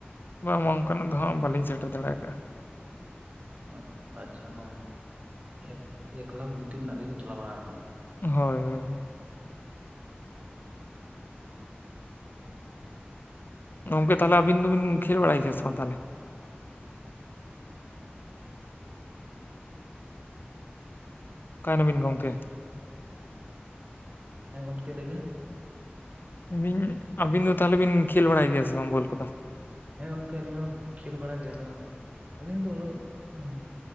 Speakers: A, on the left (about 60°); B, on the right (about 35°).
A: ᱵᱟᱝ ᱵᱟᱝ ᱚᱱᱠᱟᱱᱟᱜ ᱫᱚ ᱦᱟᱸᱜ ᱵᱟᱞᱤᱧ ᱥᱮᱴᱮᱨ ᱫᱟᱲᱮ ᱟᱠᱟᱜ-ᱟ᱾
B: ᱚᱦ᱾ ᱟᱪᱪᱷᱟ ᱱᱚᱣᱟ ᱮᱠ ᱮᱠᱞᱟᱠᱷ ᱵᱷᱤᱛᱤᱨ ᱨᱮᱱᱟᱜ ᱜᱮᱵᱤᱱ ᱪᱟᱞᱟᱣ ᱵᱟᱲᱟ ᱟᱠᱟᱱᱟ᱾
A: ᱦᱳᱭ ᱦᱳᱭ ᱦᱳᱭ᱾ ᱜᱚᱝᱠᱮ ᱛᱟᱦᱚᱞᱮ ᱟᱵᱤᱱ ᱫᱚᱵᱤᱱ ᱠᱷᱮᱞ ᱵᱟᱲᱟᱭ ᱜᱮᱭᱟ ᱥᱮ ᱵᱟᱝ ᱛᱟᱦᱚᱞᱮ? ᱚᱠᱟᱭ ᱱᱟᱵᱤᱱ ᱜᱚᱝᱠᱮ᱾
B: ᱦᱮᱸ ᱜᱚᱢᱠᱮ ᱞᱟᱹᱭ ᱵᱤᱱ᱾
A: ᱢᱮᱱ ᱫᱟᱹᱧ ᱟᱵᱤᱱ ᱫᱚ ᱛᱟᱦᱚᱞᱮ ᱵᱤᱱ ᱠᱷᱮᱞ ᱵᱟᱲᱟᱭ ᱜᱮᱭᱟ ᱥᱮ ᱵᱟᱝ ᱵᱚᱞ ᱠᱚᱫᱚ?
B: ᱦᱮᱸ ᱜᱚᱝᱠᱮ ᱟᱹᱞᱤᱧ ᱦᱚᱸ ᱠᱷᱮᱞ ᱵᱟᱲᱟ ᱜᱮ ᱟᱫᱚ ᱟᱹᱞᱤᱧ ᱫᱚ ᱩᱱᱟᱹᱜ ᱩᱸᱢ